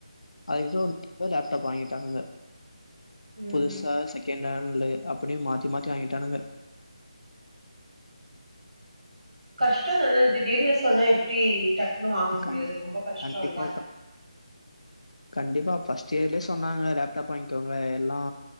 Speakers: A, on the left; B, on the right.
A: அதுக்கிட்ட <inaudible> லேப்டாப் வாங்கிட்டானுங்க
B: ம்
A: புதுசா செகண்ட் ஹேண்ட்ல அப்டியே மாத்தி மாத்தி வாங்கிட்டானுங்க
B: கஷ்ட தான திடீர்னு சொன்னா எப்டி டக்குன்னு வாங்க முடியு
A: கண்
B: அது ரொம்ப கஷ்ட
A: கண்டிப்பா
B: இல்ல
A: கண்டிப்பா ஃபஸ்ட் இயர்லயே சொன்னாங்க லேப்டாப் வாங்கிக்கங்க எல்லா